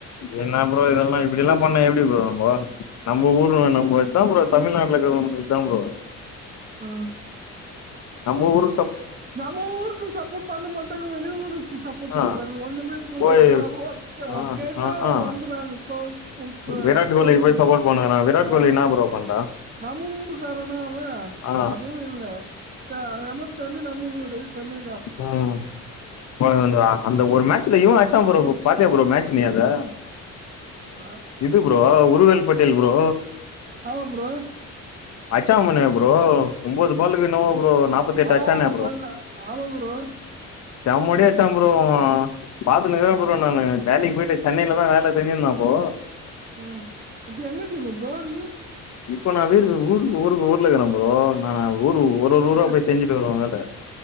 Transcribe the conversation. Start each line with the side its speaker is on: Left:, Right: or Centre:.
Left: என்னா ப்ரோ இதெல்லா இப்டில்லா பண்ணா எல் டி ப்ரோ நம்போ நம்ம ஊர்ல நம்மதா ப்ரோ தமிழ்நாட்ல இருக்கிறவனுக்கு இதா ப்ரோ
Right: ஆ
Left: நம்ம ஊரு
Right: நம்ம ஊருக்கு சப்போர்ட் பண்ண மாட்டானு வெளி ஊருக்கு சப்போர்ட்
Left: ஆ
Right: பண்றாங்க ஒண்ணுமே புல
Left: போய்
Right: சா வோ கேவ
Left: ஆ
Right: கேட்டா
Left: ஆ ஆ
Right: வந்துறாங்க கோ உ கோ
Left: விராட்
Right: கோப்ப
Left: கோலிக்கு போய் சப்போர்ட் பண்ணுங்கறா விராட்
Right: ஆ
Left: கோலி என்னா ப்ரோ பண்றா
Right: நம்ம ஊருக்காரனா ஆவ
Left: ஆ
Right: அதுவும் இல்ல த ரமொஸ நம்ம ஊரு சென்னை
Left: உம் வந்து அந்த ஒரு மேட்சலயு ப்ப ஆட்ச்ச ப்ரோ பாத்திய ப்ரோ மேட்ச் சு நீ அதா
Right: ஓ, ஆ,
Left: இது ப்ரோ
Right: ம்.
Left: உருவேல் பட்டேல் ப்ரோ
Right: ஆமா ப்ரோ
Left: ஆச்சாமனிப்பா ப்ரோ ஒன்பது பால்கு என்னமோ ப்ரோ நாப்பத்தெட்டு
Right: ஆஹ்
Left: அச்சானே
Right: மன்ன ஆ ஆமா டோர்
Left: செம்ம அடிச் அடிச்சா ப்ரோ அவோ பாத்துனு இருக்க ப்ரோ நானு வேலக்கு போயிட்டு சென்னைிலதான் வேல செஞ்சிருந்த இருந்த அப்போ
Right: ஆஹ் இப்ப எங்குட்டு இருங்க ப்ரோ நீ
Left: இப்போ நான் வரு ஊருக்கு ஊருக்கு ஊர்ல இருக்கிற போ நான் ஊ ஒரு ஒரு
Right: என்ன
Left: ப் போய் செஞ்சிட்டு வருவ வேல